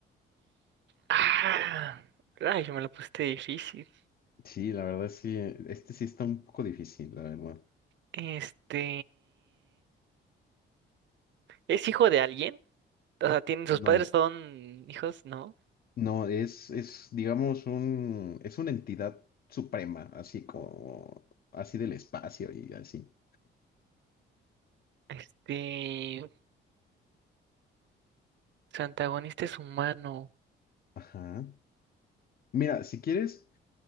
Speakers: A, on the right; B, on the left.
A: Ah. Rayo, me lo pusiste difícil.
B: Sí, la verdad sí, eh, este sí está un poco difícil, la verdad.
A: Este... ¿Es hijo de alguien? O sea, ¿tienen sus
B: No.
A: padres son hijos? ¿No?
B: No, es, es, digamos, un, es una entidad suprema, así como, así del espacio y así.
A: Este... Su antagonista es humano.
B: <laughs> Ajá. Mira, si quieres,